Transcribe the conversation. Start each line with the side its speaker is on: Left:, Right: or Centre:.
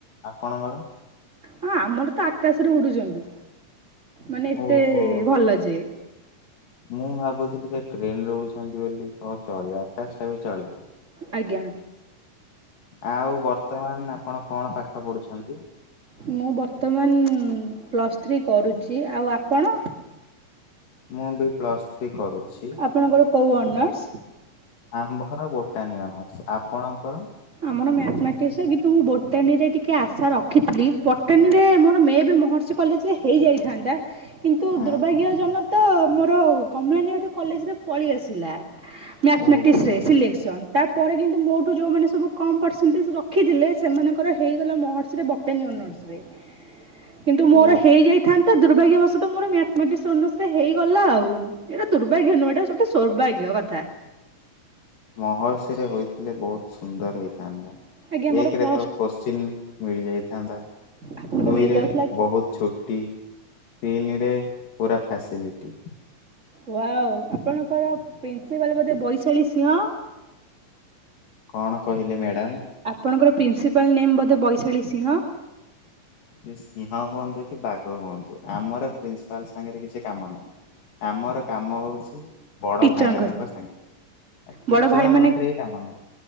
Left: ଆପଣଙ୍କର।
Right: ହଁ ଆମର ତ ଆକାଶରେ ଉଡୁଛନ୍ତି ମାନେ ଏତେ
Left: ଓହୋ
Right: ଭଲ ଯେ।
Left: ମୁଁ ଭାବୁଥିଲି ସେ ଟ୍ରେନ ରେ ଉଡୁଛନ୍ତି ବୋଲି ତ ଚଳିବା ଆକାଶ ଟାବି ଚଳିବ।
Right: ଆଜ୍ଞା
Left: ଆଉ ବର୍ତ୍ତମାନ ଆପଣ କଣ ପାଠ ପଢୁଛନ୍ତି?
Right: ମୁଁ ବର୍ତ୍ତମାନ ପ୍ଲସଥ୍ରୀ କରୁଛି ଆଉ ଆପଣ।
Left: ମୁଁ ବି ପ୍ଲସଥ୍ରୀ କରୁଛି।
Right: ଆପଣଙ୍କର କୋଉ ଅନର୍ସ?
Left: ଆମ୍ଭର ବୋଟାନି ଅନର୍ସ ଆପଣଙ୍କର।
Right: ଆମର ମ୍ୟାଥମାଟିକସ କିନ୍ତୁ ମୁଁ ବୋଟାନୀରେ ଟିକେ ଆଶା ରଖିଥିଲି ବଟାଣୀରେ ମୋର ମେବି ମହର୍ଷ ସେ କଲେଜରେ ହେଇଯାଇଥାନ୍ତା। କିନ୍ତୁ
Left: ହୁଁ
Right: ଦୁର୍ଭାଗ୍ୟ ଜନତ ମୋର କମଳାନୀ କଲେଜରେ ପଳେଇଆସିଲା। ମ୍ୟାଥମେଟିକ୍ସରେ
Left: ଓହୋ
Right: ସିଲେକ୍ସନ୍ ତାପରେ କିନ୍ତୁ ମୋଠୁ ଯୋଉଁମାନେ ସବୁ କମ୍ ପରସେଣ୍ଟେଜ ରଖିଥିଲେ ସେମାନଙ୍କର ହେଇଗଲା ମହର୍ସରେ ବଟାନି ଅନର୍ସରେ। କିନ୍ତୁ ମୋର
Left: ଓ
Right: ହେଇଯାଇଥାନ୍ତା ଦୁର୍ଭାଗ୍ୟ ବଶତଃ ମୋର ମ୍ୟାଥମେଟିସ୍ ଅନର୍ସରେ ହେଇଗଲା ଆଉ ଏରା ଦୁର୍ଭାଗ୍ୟ ନୁହଁ ଏଟା ସୋଟେ ସୋର୍ଭାଗ୍ୟ କଥା
Left: ମହର୍ଷି ରେ ହୋଇଥିଲେ ବହୁତ ସୁନ୍ଦର ହେଇଥାନ୍ତା।
Right: ଆଜ୍ଞା ମୋର
Left: ଏକ
Right: ପ୍ଲସ୍
Left: ରେ ତ କୋଶ୍ଚିିନ୍ ମିଳିଯାଇଥାନ୍ତା
Right: ଆପଣଙ୍କୁ
Left: ଦୁଇରେ
Right: ମିଳିଯାଉଥିଲା
Left: ବହୁତ ଛୁ ଟି ତିନି ରେ ପୁରା ଫ୍ୟାସିଲିଟି।
Right: ୱାଓ ଆପଣଙ୍କର ପ୍ରିନ୍ସିପାଲ୍ ବୋଧେ ବୈଶାଳୀ ସିଂହ।
Left: କଣ କହିଲେ ମ୍ୟାଡ଼ାମ୍।
Right: ଆପଣଙ୍କର ପ୍ରିନ୍ସିପାଲ୍ ନେମ୍ ବୋଧେ ବୈଶାଳୀ ସିଂହ।
Left: ସିଏ ସିଂହ ହୁଅନ୍ତୁ କି ବାଘ ହୁଅନ୍ତୁ ଆମର ପ୍ରିନ୍ସିପାଲ୍ ସାଙ୍ଗରେ କିଛି କାମ ନାହିଁ। ଆମର କାମ ହୋଉଛି ବଡ
Right: ଟିଚରଙ୍କ
Left: ଭାଇ ମାନାନଙ୍କ ସାଙ୍ଗରେ ଆ
Right: ବଡ଼
Left: ଟିଚରଙ୍କ
Right: ଭାଇମାନେ
Left: ପାଖରେ ବି କାମ ନାହିଁ।